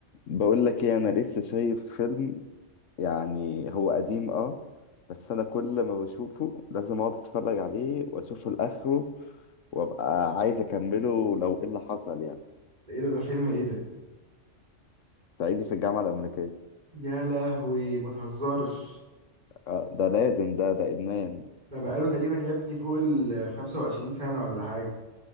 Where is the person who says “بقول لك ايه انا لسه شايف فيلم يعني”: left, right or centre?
Left